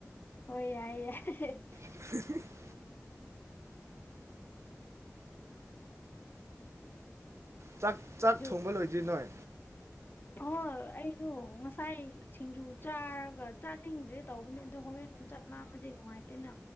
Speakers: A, on the left; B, on the right.
A: ꯍꯣꯏ ꯌꯥꯏ ꯌꯥꯏ ꯫
B: <unintelligible> ꯆꯥꯛ ꯆꯥꯛ
A: ꯑꯗꯨ
B: ꯊꯣꯡꯕ ꯂꯣꯏꯗ꯭ꯔꯤ ꯅꯣꯏ?
A: ꯍꯣꯏ ꯑꯩꯗꯣ ꯉꯁꯥꯏ ꯁꯤꯡꯖꯨ ꯆꯥꯔꯒ ꯆꯥꯅꯤꯡꯗ꯭ꯔꯦ ꯇꯧꯕꯅꯦ ꯑꯗꯣ ꯍꯣꯔꯦꯟ ꯆꯥꯛ ꯂꯥꯝꯃꯗꯤ ꯅꯨꯡꯉꯥꯏꯇꯦꯅ